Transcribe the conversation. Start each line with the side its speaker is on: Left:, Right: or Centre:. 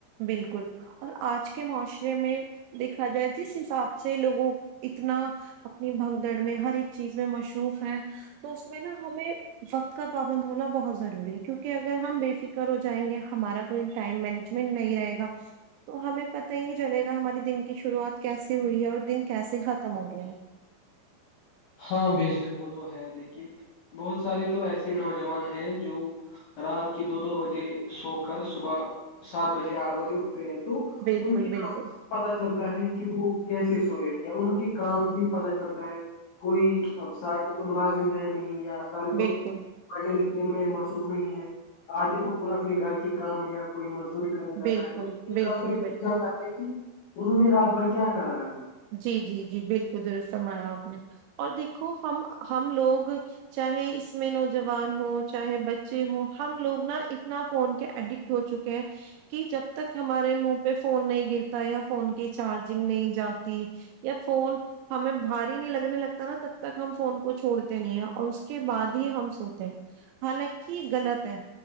Right: بالکل اور آج کے معاشرے میں دیکھا جائے جس حساب سے لوگوں اتنا اپنی بھگدڑ میں ہر ایک چیز میں مصروف ہے تو اس میں نا ہمیں وقت کا پابند ہونا بہت ضروری ہے کیونکہ اگر ہم بے فکر ہو جائیں گے ہمارا کوئی ٹائم مینج من نہیں رہے گا تو ہمیں پتہ ہی نہیں چلے گا ہماراری دن کی شروعات کیسے ہوئی ہے اور دن کیسے ختم ہو گیا ہے
Left: ہاں بے شک وہ تو ہے دیکھیے بہت سارے تو ایسے نوجوان ہیں جو رات کے دو دو بجے سو کر صبح سات بجے آٹھ بجے اٹھ ہیں تو
Right: بالکل
Left: ان کی
Right: بالکل
Left: آ پتا چلتا ہے کہ وہ کیسے سوئے یا ان کے کام سے ہی پتا چلتا ہے کوئی اب سارے تو ملازم ہے نہیں یا سارے تو
Right: بالکل
Left: پڑھنے لکھنے میں مصروف نہیں ہے آدھی تو خود اپنے گھر کی کام یا کوئی مزدوری کرنے جاتا
Right: بالکل
Left: ہے تو
Right: بالکل
Left: کام میں جاتا ہے کہ انہوں نے رات بھر کیا کرا ہے
Right: جی جی جی بالکل درست فرمایا آپ نے اور دیکھو ہم ہم لوگ چاہے اس میں نوجوان ہو چاہے بچے ہوں ہم لوگ نا اتنا فون کے ایڈکٹ ہو چکے ہیں کہ جب تک ہمارے منہ پہ فون نہیں گرتا یا فون کی چارجنگ نہیں جات تی یا فون ہمیں بھاری نہیں لگنے لگتا نا تب تک ہم فون کو چھوڑتے نہیں ہیں اور اس کے بعد ہی ہم سوتے ہیں حالانکہ غلط ہے